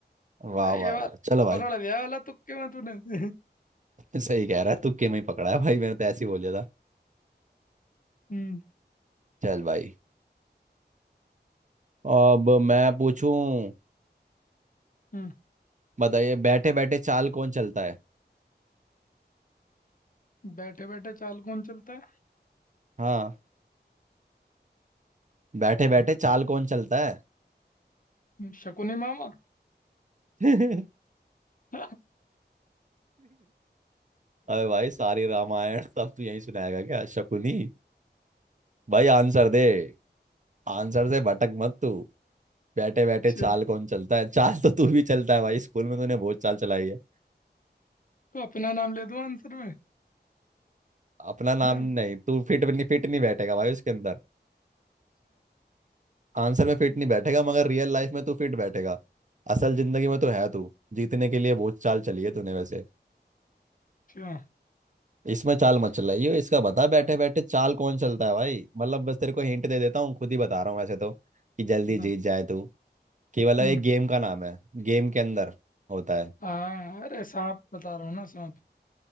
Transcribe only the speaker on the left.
अरे ये
वाला
पकड़
लिया वाला तुक्के में तूने <laughs>
हम्म
हम्म
बैठे बैठे चाल कौन चलता
है
शकुनी मामा
<laughs>
अच्छा
तो अपना नाम ले दूं आंसर में
अच्छा
अच्छा
बता
हम्म
हाँ अरे सांप बता रहा हूँ ना सांप